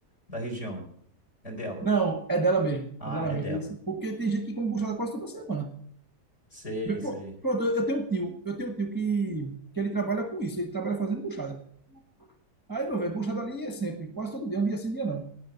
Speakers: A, on the left; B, on the right.
A: da região? É dela.
B: Não, é dela mesmo.
A: Ah,
B: É dela
A: é
B: mesmo.
A: dela.
B: entendeu? Assim, Porque tem gente que come buchada quase toda semana.
A: Sei,
B: Meu,
A: sei.
B: pro- pronto, eu eu tenho um tio, eu tenho um tio que, que ele trabalha com isso, ele trabalha fazendo buchada. Aí, meu velho, buchada ali é sempre, quase todo dia, um dia sim, um dia não.